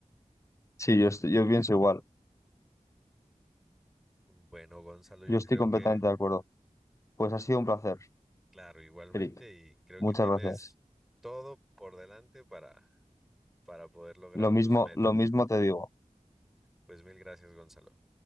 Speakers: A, on the left; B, in the centre.
A: Sí, yo, estoy- yo pienso igual.
B: Bueno, Gonzalo, yo
A: Yo estoy
B: creo
A: completamente
B: que,
A: de acuerdo. Pues ha sido un placer,
B: claro, igualmente,
A: Eric.
B: y creo
A: Muchas
B: que tienes
A: gracias.
B: todo por delante para, para poder lograr
A: Lo mismo,
B: tus metas.
A: lo mismo te digo.
B: Pues mil gracias, Gonzalo.